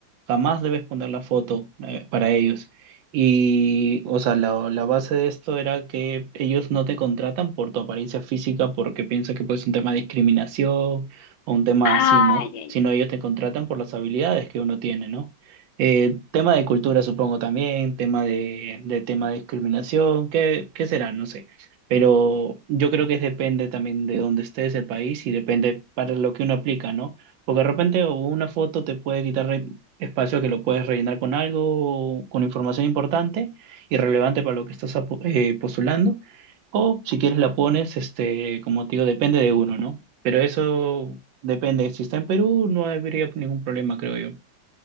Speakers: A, on the right; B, on the left.
A: Jamás debes poner la foto eh, para ellos. Y, o sea, la, la base de esto era que ellos no te contratan por tu apariencia física porque piensan que pues es un tema de discriminación o un tema
B: Ay,
A: así, ¿no?
B: ay,
A: Sino
B: ay.
A: ellos te contratan por las habilidades que uno tiene, ¿no? Eh, tema de cultura, supongo también, tema de, de tema de discriminación, ¿qué, qué será? No sé. Pero yo creo que depende también de dónde estés, el país, y depende para lo que uno aplica, ¿no? Porque de repente o una foto te puede quitar re- espacio que lo puedes rellenar con algo, o con información importante y relevante para lo que estás apo- eh, postulando. O si quieres la pones, este, como te digo, depende de uno, ¿no? Pero eso depende. Si está en Perú, no habría ningún problema, creo yo.